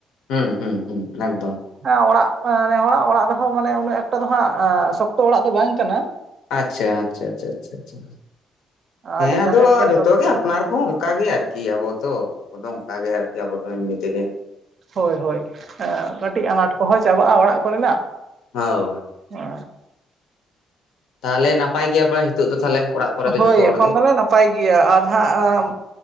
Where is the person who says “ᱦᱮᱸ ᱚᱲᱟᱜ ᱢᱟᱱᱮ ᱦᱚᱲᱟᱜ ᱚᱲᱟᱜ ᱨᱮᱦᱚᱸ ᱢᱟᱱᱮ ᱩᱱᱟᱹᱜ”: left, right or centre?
Right